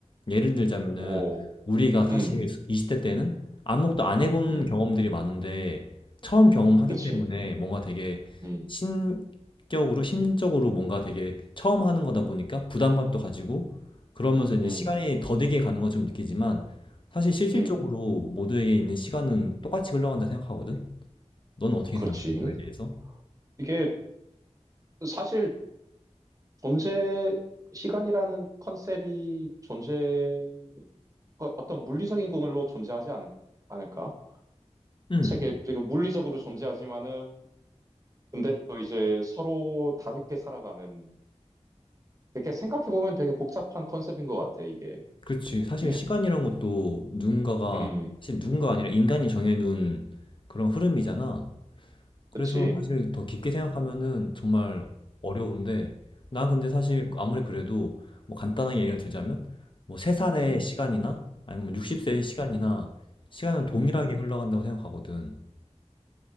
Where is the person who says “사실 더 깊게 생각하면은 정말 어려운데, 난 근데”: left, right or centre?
Left